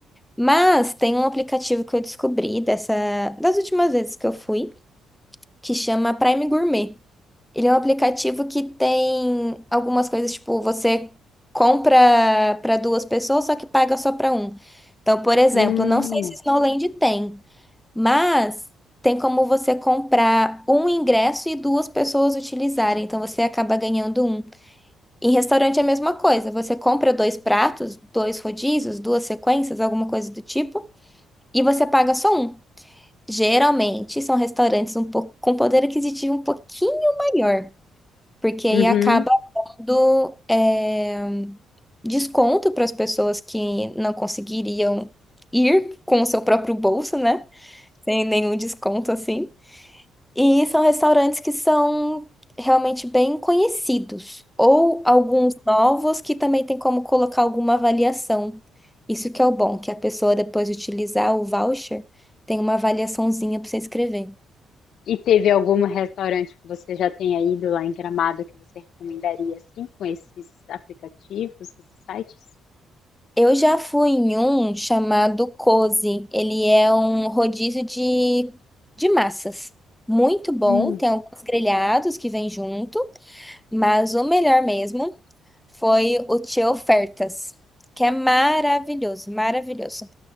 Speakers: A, in the centre; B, on the left (about 70°).
A: Mas tem um aplicativo que eu descobri dessa, das últimas vezes que eu fui. que chama Prime Gourmet. Ele é um aplicativo que tem algumas coisas, tipo, você compra para duas pessoas, só que paga só para um. Então, por exemplo,
B: Hum,
A: não sei se Snowland tem, mas tem como você comprar um ingresso e duas pessoas utilizarem, então você acaba ganhando um. Em restaurante é a mesma coisa, você compra dois pratos, dois rodízios, duas sequências, alguma coisa do tipo, e você paga só um. Geralmente são restaurantes um pouco, com poder aquisitivo um pouquinho maior, porque aí
B: uhum.
A: acaba dando é, desconto para as pessoas que não conseguiriam ir com o seu próprio bolso, né? Sem nenhum desconto assim. E são restaurantes que são realmente bem conhecidos, ou alguns novos que também tem como colocar alguma avaliação. Isso que é o bom, que a pessoa depois de utilizar o voucher tem uma avaliaçãozinha para você escrever.
B: E teve algum restaurante que você já tenha ido lá em Gramado que você recomendaria, assim, com esses aplicativos, esses sites?
A: Eu já fui em um chamado Cozy. Ele é um rodízio de, de massas. Muito bom.
B: Hum.
A: Tem alguns grelhados que vêm junto, mas o melhor mesmo foi o Tio Ofertas, que é maravilhoso, maravilhoso.